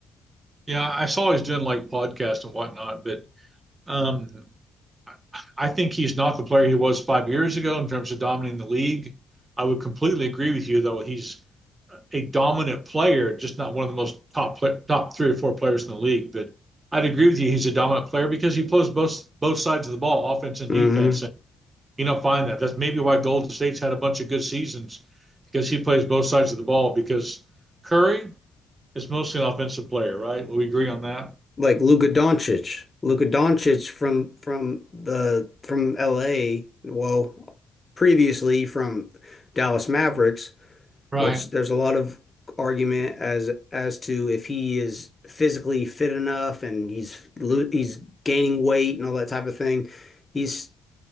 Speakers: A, on the right (about 25°); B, on the left (about 20°).
A: Yeah, I saw he's doing like podcasts and whatnot, but Um, I- think he's not the player he was five years ago in terms of dominating the league. I would completely agree with you, though. He's a dominant player, just not one of the most top play, top three or four players in the league. But I'd agree with you. He's a dominant player because he plays both both sides of the ball, offense and
B: hmm
A: defense. And you don't find that. That's maybe why Golden State's had a bunch of good seasons because he plays both sides of the ball. Because Curry is mostly an offensive player, right? Will we agree on that?
B: Like Luka Doncic, Luka Doncic from from the from LA, well, previously from Dallas Mavericks
A: Right.
B: which there's a lot of argument as as to if he is physically fit enough and he's lo- he's gaining weight and all that type of thing. He's